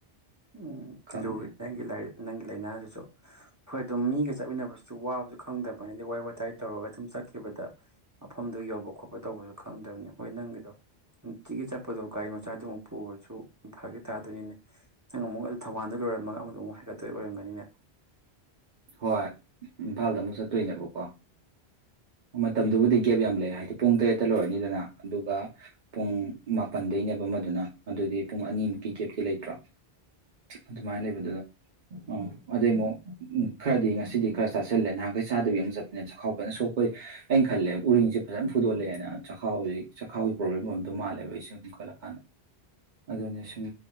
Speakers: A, on the right (about 20°); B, on the right (about 45°).
A: ꯎꯝ
B: ꯈꯪꯗꯦ
A: ꯂꯣ ꯅꯪ ꯂꯥꯔꯠ ꯅꯪ ꯂꯥꯏꯅꯥꯁꯤꯁꯨ ꯍꯣꯏ ꯑꯗꯨꯝ ꯃꯤꯒ ꯆꯠꯃꯤꯟꯅꯕꯁꯤꯁꯨ ꯋꯥꯕꯁꯨ ꯈꯪꯗꯕꯅꯤ ꯑ ꯋꯥꯔꯤ ꯋꯥꯇꯥꯏ ꯇꯧꯔꯒ ꯑꯗꯨꯝ ꯆꯠꯈꯤꯕꯗ ꯃꯐꯝꯗꯨ ꯌꯧꯕ ꯈꯣꯠꯄ ꯇꯧꯕꯁꯨ ꯈꯪꯗꯕꯅꯤ ꯍꯣꯏ ꯅꯪꯒꯤꯗꯣ ꯅꯨꯡꯇꯤꯒꯤ ꯆꯠꯄꯗꯣ ꯒꯥꯔꯤ ꯃꯆꯥꯗꯨꯃꯨꯛ ꯄꯨꯕꯁꯨ ꯐꯥꯒꯤ ꯇꯥꯗꯣꯏꯅꯤꯅꯦ ꯅꯪ ꯑꯃꯨꯛ ꯑꯗꯨ ꯊꯧꯕꯥꯜꯗ ꯂꯣꯏꯔꯝꯃꯒ ꯑꯃꯨꯗ ꯑꯃꯨꯛ ꯍꯥꯏꯒꯠꯇꯣꯏ ꯑꯣꯏꯔꯝꯒꯅꯤꯅꯦ
B: ꯍꯣꯏ ꯏꯝꯐꯥꯜꯗ ꯑꯃꯨꯛ ꯆꯠꯇꯣꯏꯅꯦꯕꯀꯣ ꯃꯇꯝꯗꯨꯕꯨꯗꯤ ꯒꯦꯞ ꯌꯥꯝ ꯂꯩ ꯍꯥꯏꯗꯤ ꯄꯨꯡ ꯇꯔꯦꯠꯇ ꯂꯣꯏꯔꯅꯤꯗꯅ ꯑꯗꯨꯒ ꯄꯨꯡ ꯃꯥꯄꯟꯗꯩꯅꯦꯕ ꯑꯃꯗꯨꯅ ꯑꯗꯨꯗꯤ ꯄꯨꯡ ꯑꯅꯤꯃꯨꯛꯀꯤ ꯒꯦꯞꯇꯤ ꯂꯩꯇ꯭ꯔꯣ ꯑꯗꯨꯃꯥꯏꯅ ꯂꯩꯕꯗꯨꯗ ꯑꯥ ꯑꯗꯨꯩ ꯑꯃꯨꯛ ꯈꯔꯗꯤ ꯉꯁꯤꯗꯤ ꯈꯔ ꯆꯥꯁꯤꯜꯂꯦ ꯅꯍꯥꯟꯈꯩ ꯆꯥꯗꯕꯤ ꯑꯃ ꯆꯠꯄꯅꯤꯅ ꯆꯥꯛꯈꯥꯎ ꯐꯖꯅ ꯁꯣꯛꯄꯩ ꯑꯩꯅ ꯈꯜꯂꯦ ꯎꯔꯤꯡꯁꯦ ꯐꯖꯅ ꯐꯨꯗꯣꯂꯛꯑꯦꯅ ꯆꯥꯛꯈꯥꯎꯁꯤ ꯆꯥꯛꯈꯥꯎꯒꯤ ꯄ꯭ꯔꯣꯕ꯭ꯂꯦꯝ ꯑꯣꯏꯕꯗꯣ ꯃꯥꯜꯂꯦꯕ ꯏ ꯁꯨꯝ ꯈꯠꯂꯀꯥꯟꯗ ꯑꯗꯨꯅꯤ ꯁꯨꯝ